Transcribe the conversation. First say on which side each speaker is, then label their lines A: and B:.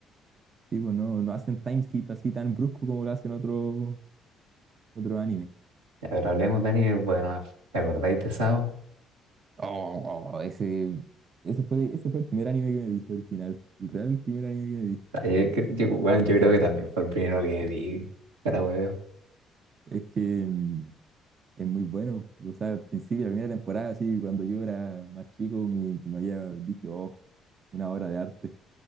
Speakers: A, on the right; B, on the right.
A: Sí, pues no, no hacen timeskip así tan brusco como lo hacen otro, otro anime.
B: Y A ver, hablemos, Dani, bueno, ¿te acordáis de Sao?
A: Oh, oh, ese, ese fue, ese fue el primer anime que me vi original. El real primer anime que me vi.
B: Ah, Yo, cre- yo, bueno, yo creo que también fue el primero que vi, para hueveo.
A: Es que mm, es muy bueno. O sea, al principio, la primera temporada, así, cuando yo era más chico, me, que me había, dije, oh, una obra de arte.